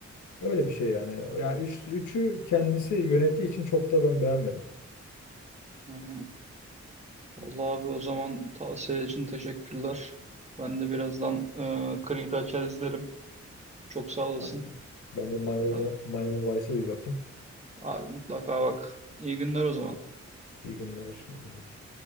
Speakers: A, on the left; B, on the right.
A: Öyle bir şey yani. Yani üç, üçü kendisi yönettiği için çok da ben beğenmedim.
B: Hı hı. Vallahi abi o zaman tavsiye için teşekkürler. Ben de birazdan e, Creed'i açar izlerim. Çok sağ olasın.
A: Yani ben de Miami,
B: Ee,
A: Miami Vice'a bir bakayım.
B: Abi mutlaka bak. İyi günler o zaman.
A: İyi günler, iyi günler.